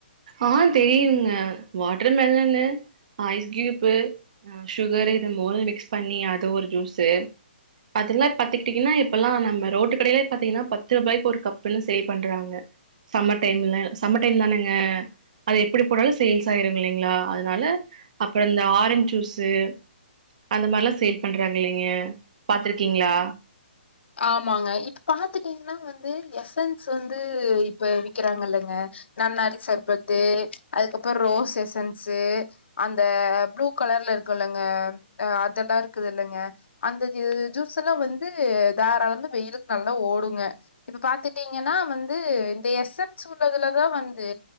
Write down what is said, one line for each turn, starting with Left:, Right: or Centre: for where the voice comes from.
Right: ஆ தெரியுங்க வாட்ர் மெலன்னு ஐஸ் கியூப்பு சுகரு இத மூணு மிக்ஸ் பண்ணி அது ஒரு ஜூஸு அதுல்லா பாத்துக்கிட்டீங்கன்னா இப்பெல்லா நம்ம ரோட்டு கடையிலே பாத்தீங்கனா பத்து ருபாய்க்கு ஒரு கப்புன் சேல் பண்றாங்க சம்மர் டைம்ல சம்ம டைம் தானங்க அது எப்பிடி போனாலு சேல்ஸ் ஆயிருங்கில்லைங்ளா அதுனால அப்புறோ இந்த ஆரஞ் ஜூஸு அந்த மார்ல்லா சேல் பண்றாங்க இல்லீங்க பாத்துருக்கீங்ளா
Left: ஆமாங்க இப்ப பாத்துட்டீங்ன்னா வந்து எசன்ஸ் வந்து இப்ப விக்கிறாங் இல்லங்க நன்னாரி சர்பத்து அதுக்கப்பற் ரோஸ் எசென்சு அந்த ப்ளூ க லர்ல இருக்குல்லங்க ஆ அதல்லா இருக்குதில்லங்க அந்த <unintelligible> ஜூஸெல்லா வந்து தாராளமா வெயிலுக் நல்லா ஓடுங்க இப்ப பாத்துட்டீங்கனா வந்து இந்த எஸ்சென்ஸ் உள்ளதுல தா வந்து